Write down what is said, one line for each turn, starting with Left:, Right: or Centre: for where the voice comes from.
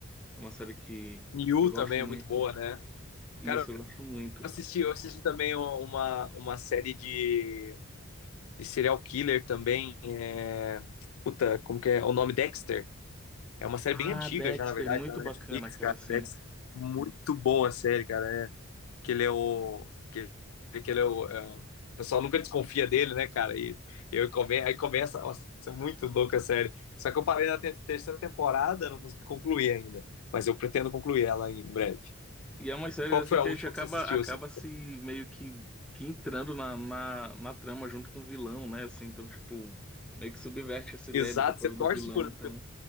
Centre: É uma série que,
Left: You
Centre: que eu gosto
Left: também
Centre: muito.
Left: é muito boa, né?
Centre: Isso,
Left: Cara, eu
Centre: eu gosto muito.
Left: assisti, eu assisti também uma, uma série de, de serial killer também. É... Puta, como que é? O nome Dexter. É uma série
Centre: Ah,
Left: bem antiga
Centre: Dexter,
Left: já, na verdade,
Centre: muito
Left: tá na
Centre: bacana,
Left: Netflix,
Centre: cara,
Left: cara.
Centre: assim.
Left: Dexter. Muito boa a série, cara. É, que ele é o. Que, que ele é o. é, o pessoal nunca desconfia dele, né, cara? E eu come, aí começa. Nossa, isso é muito louco, é sério. Só que eu parei na te- terceira temporada, não consegui concluir ainda. Mas eu pretendo concluir ela em breve.
Centre: E é umas séries
Left: Qual
Centre: assim
Left: que foi
Centre: que
Left: a última
Centre: a gente acaba,
Left: que você assistiu?
Centre: acaba
Left: assim?
Centre: se meio que, que entrando na, na, na trama junto com o vilão, né? Assim, então, tipo, meio que subverte essa ideia
Left: Exato,
Centre: do papel
Left: você torce
Centre: do vilão.
Left: por.
Centre: Então,